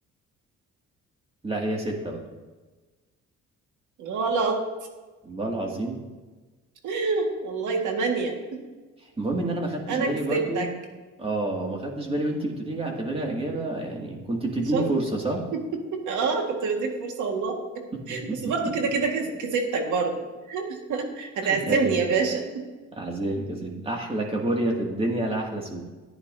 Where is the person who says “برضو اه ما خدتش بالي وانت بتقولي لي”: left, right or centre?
Right